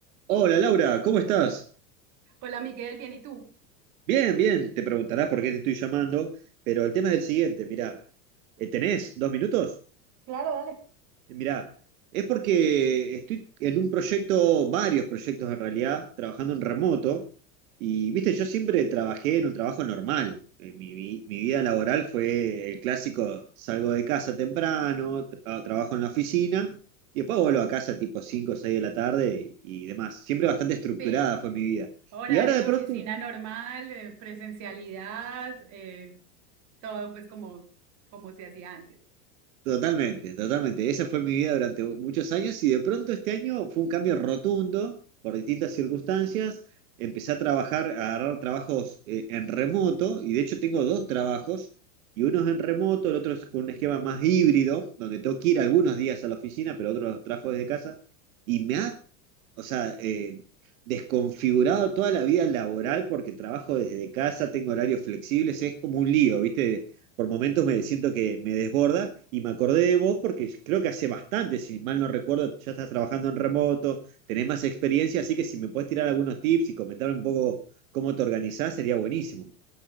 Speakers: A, on the right; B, on the right.
A: Hola Laura, ¿cómo estás?
B: Hola Miguel, bien, ¿y tú?
A: Bien, bien, te preguntarás por qué te estoy llamando, pero el tema es el siguiente, mirá, Eh, ¿tenés dos minutos?
B: Claro, dale.
A: Mirá, es porque estoy en un proyecto, varios proyectos en realidad, trabajando en remoto, y viste, yo siempre trabajé en un trabajo normal, Eh, mi, vi- mi vida laboral fue el clásico, salgo de casa temprano, tra- trabajo en la oficina, y después vuelvo a casa tipo 5, o 6 de la tarde y demás, siempre bastante estructurada
B: Sí.
A: fue mi vida.
B: Horario
A: Y ahora de
B: de
A: pronto...
B: oficina normal, eh, presencialidad, eh, todo pues como, como se hacía antes.
A: Totalmente, totalmente. Esa fue mi vida durante muchos años y de pronto este año fue un cambio rotundo por distintas circunstancias. Empecé a trabajar, a agarrar trabajos eh, en remoto y de hecho tengo dos trabajos y uno es en remoto, el otro es con un esquema más híbrido, donde tengo que ir algunos días a la oficina, pero otros los trabajo desde casa y me ha, o sea, eh, desconfigurado toda la vida laboral porque trabajo desde casa, tengo horarios flexibles, es como un lío, ¿viste? por momentos me siento que me desborda y me acordé de vos porque creo que hace bastante, si mal no recuerdo, ya estás trabajando en remoto, tenés más experiencia, así que si me puedes tirar algunos tips y comentar un poco cómo te organizás, sería buenísimo.